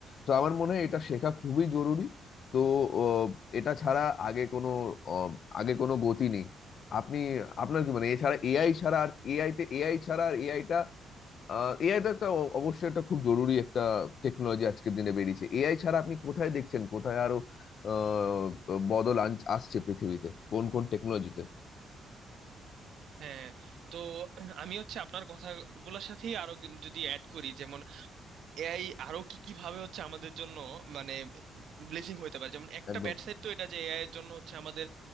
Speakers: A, on the left; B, on the right.
A: তো আমার মনে হয় এটা শেখা খুবই জরুরি তো আহ, এটা ছাড়া আগে কোনো আহ, আগে কোনো গতি নেই আপনি আপনার কি মানে এছাড়া এআই ছাড়া আর এআই তে এআই ছাড়া আর এআইটা আহ এআই তো একটা অ- অবশ্যই একটা খুব জরুরি একটা টেকনোলজি আজকের দিনে বেরিয়েছে এআই ছাড়া আপনি কোথায় দেখছেন কোথায় আরো আহ, বদল আন- আসছে পৃথিবীতে কোন কোন টেকনোলজিতে
B: হ্যাঁ তো <clears throat> আমি হচ্ছে আপনার কথাগুলোর সাথেই আরো কি- যদি অ্যাড করি যেমন এআই আরো কি কি ভাবে হচ্ছে আমাদের জন্য মানে ব্লেসিং হইতে পারে যেমন একটা
A: একদম
B: ব্যাড সাইড তো এটা যে এআই এর জন্য হচ্ছে আমাদের